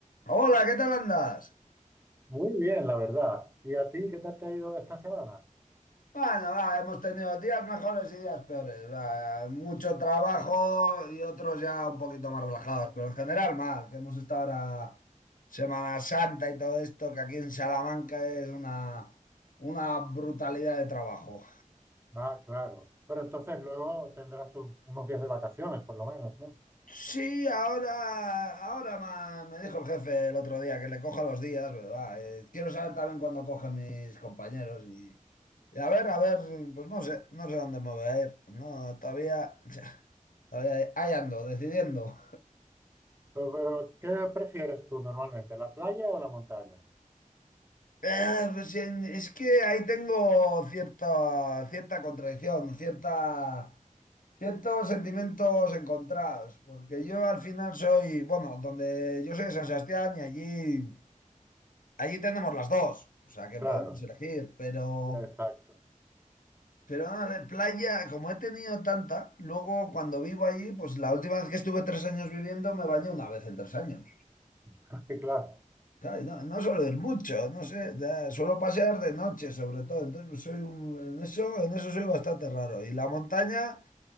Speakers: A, on the left (about 80°); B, on the right (about 20°).
A: Hola, ¿qué tal andas?
B: Muy bien, la verdad. ¿Y a ti qué tal te ha ido esta semana?
A: Bueno, va, hemos tenido días mejores y días peores. va, mucho trabajo y otros ya un poquito más relajados, pero en general mal, que hemos estado ahora Semana Santa y todo esto, que aquí en Salamanca es una, una brutalidad de trabajo.
B: Ah, claro. Pero entonces luego tendrás tus- unos días de vacaciones, por lo menos, ¿no?
A: Sí, ahora, ahora ma- me dijo el jefe el otro día que le coja los días, ¿verdad? Eh, quiero saber también cuándo cogen mis compañeros y, y a ver, a ver, pues no sé, no sé dónde me voy a ir. No, todavía. Ahí, ahí- ando, decidiendo.
B: Pero, pero, ¿qué prefieres tú normalmente, la playa o la montaña?
A: Eh, pues, en- es que ahí tengo cierta, cierta contradicción, cierta, ciertos sentimientos encontrados, porque yo al final soy, bueno, donde yo soy de San Sebastián y allí, allí tenemos las dos, o sea que
B: Claro,
A: podemos elegir, pero,
B: exacto.
A: pero a ver, playa, como he tenido tanta, luego cuando vivo allí, pues la última vez que estuve tres años viviendo me bañé una vez en tres años.
B: <laughs> Sí, claro,
A: Claro, No, no suelo ir mucho, no sé, da- suelo pasear de noche sobre todo, entonces pues, soy un- en eso, en eso soy bastante raro. Y la montaña,